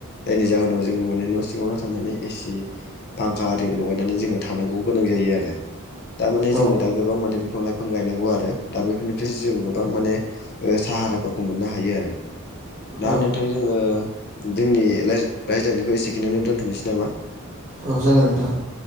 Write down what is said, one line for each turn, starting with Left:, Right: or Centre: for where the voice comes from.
Left: जायनि जाहोनाव जोङो माने न' सिङावनो थानानै ए सि फांखा आरि लगायनानै जोङो थानांगौ गोनां जायो आरो। दा माने जोङो
Right: औ
Left: दा गोबां माने बिफां लाइफां गायनांगौ आरो। दा बेफोरनिफ्रायसो जों गोबां माने साहाराफोरखौ मोननो हायो आरो। दा
Right: औ
Left: नोंथां जोङो जोंनि राय- रायज्लायनायखौ एसेखिनिआवनो दोन्थ'नोसै नामा?
Right: औ जागोन नोंथां